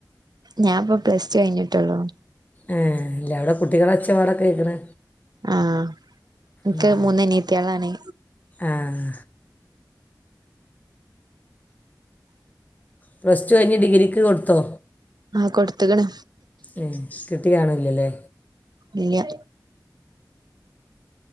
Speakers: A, on the right (about 70°); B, on the left (about 25°).
A: ഞാൻപ്പോ പ്ലസ് ടു കഴിഞ്ഞിട്ടുള്ളൂ
B: ഏഹ് ഇല്ല അവിടെ കുട്ടികളെ ഒച്ച പോലെ കേക്കണ്
A: ആഹ് എനിക്ക്
B: ഊം
A: മൂന്ന് അനിയത്തികളാണ്
B: ആഹ് പ്ലസ് ടു കഴിഞ്ഞ് ഡിഗ്രിക്ക് കൊടുത്തോ
A: ആഹ് കൊടുത്തക്കണ്
B: ഉം കിട്ടി കാണൂലല്ലേ
A: ഇല്ലാ